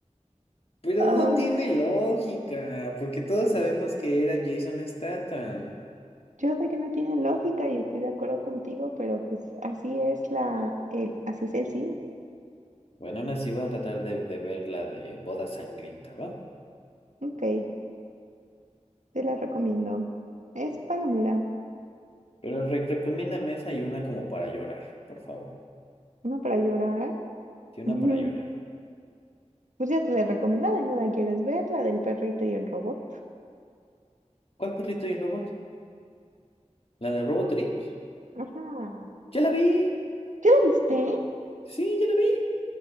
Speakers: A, on the left (about 50°); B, on the right (about 80°).
A: Pero
B: Ah,
A: no tiene lógica, porque todos sabemos que era Jason Statham.
B: yo sé que no tiene lógica y estoy de acuerdo contigo, pero pues así es la, el, así es el cine.
A: Bueno, aún así voy a tratar de, de ver la de Boda Sangrienta, ¿va?
B: Ok, te la recomiendo. Es Palomera,
A: Pero re- recomiéndame esa y una como para llorar, por favor.
B: una para llorar.
A: Sí, una
B: <laughs>
A: para llorar.
B: Pues ya te la he recomendado y no la quieres ver, la del perrito y el robot.
A: ¿Cuál perrito y robot? ¿La de Robot Dreams?
B: Ajá.
A: ¡Ya la vi!
B: ¿Ya la viste?
A: Sí, ya la vi.